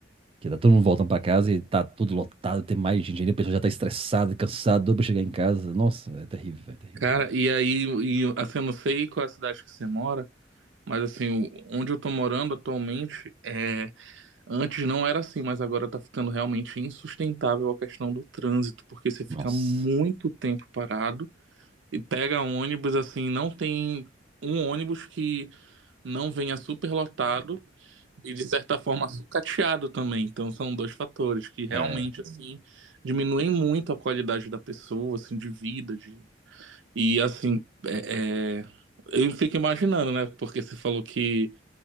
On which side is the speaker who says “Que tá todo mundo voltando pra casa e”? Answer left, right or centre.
Right